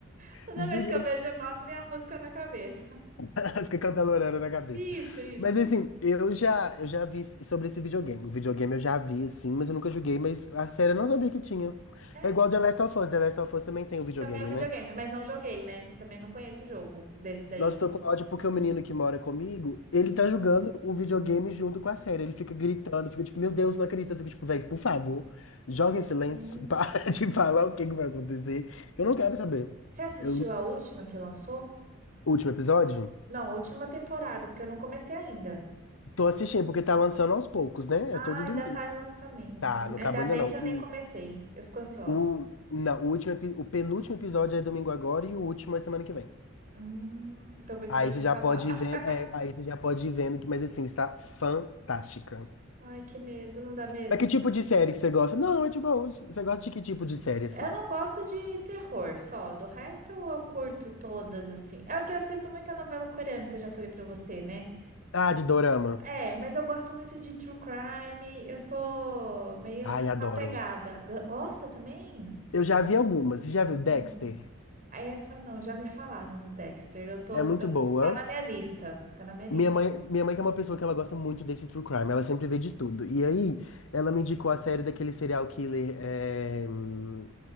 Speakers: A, on the right; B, on the left.
A: Toda
B: Gente,
A: vez que
B: eu-
A: eu vejo o nome, vem a música na cabeça.
B: <laughs> fica cantalorando na cabeça.
A: Isso, isso.
B: Mas assim, eu já, eu já vi sobre esse videogame. O videogame eu já vi, assim, mas eu nunca joguei, mas a série eu não sabia que tinha.
A: É,
B: É igual
A: tam-
B: The Last of Us. The Last of Us também tem o videogame,
A: também é um videogame,
B: né?
A: mas não joguei, né? Também não conheço o jogo desse daí.
B: Nossa, eu tô com ódio porque o menino que mora comigo, ele
A: Hum.
B: tá jogando o videogame junto com a série. Ele fica gritando, fica tipo, meu Deus, não acredito. Eu fico tipo, velho, por favor, joga em silêncio,
A: Gente.
B: <laughs> para de falar o que que vai acontecer. Eu não quero saber.
A: Você assistiu
B: Eu,
A: a última que lançou?
B: último episódio,
A: Não, a última temporada, porque eu não comecei ainda.
B: tô assistindo porque tá lançando aos poucos, né?
A: Ah,
B: É todo
A: ainda
B: domingo.
A: tá em lançamento.
B: Tá, não
A: Ainda
B: acabou ainda
A: bem
B: não.
A: que eu
B: O,
A: nem comecei. Eu fico ansiosa.
B: o, na, o, último, epi- o penúltimo episódio é domingo agora e o último é semana que vem.
A: Hum, então vou esperar
B: Aí você
A: acabar.
B: já pode
A: <laughs>
B: ir vendo, é, aí você já pode ir vendo, mas assim, está fantástica.
A: Ai, que medo, não dá medo.
B: Mas que tipo de série que você gosta? Não, é de boa. Você gosta de que tipo de série, assim?
A: Eu não gosto de terror só. Do resto eu curto todas assim. É o que eu assisto muita novela coreana, que eu já falei pra você, né?
B: Ah, de dorama.
A: É, mas eu gosto muito de true crime. Eu sou meio
B: Ai,
A: nessa
B: adoro.
A: pegada. G- Gosta também?
B: Eu já vi algumas. Você já viu Dexter?
A: Hum, Ah, Essa não, já me falaram do Dexter. Eu tô,
B: É muito boa.
A: tá na minha lista, tá na minha lista.
B: Minha mãe, minha mãe que é uma pessoa que ela gosta muito desse true crime. Ela sempre vê de tudo. E aí, ela me indicou a série daquele serial killer... é, hum,